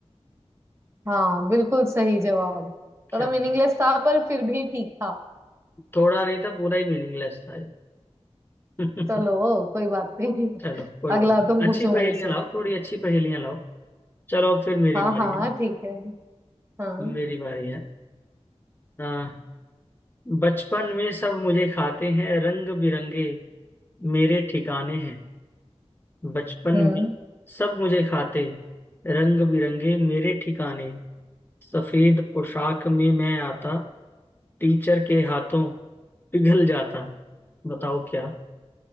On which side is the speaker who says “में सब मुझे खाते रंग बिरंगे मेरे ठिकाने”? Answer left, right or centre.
Left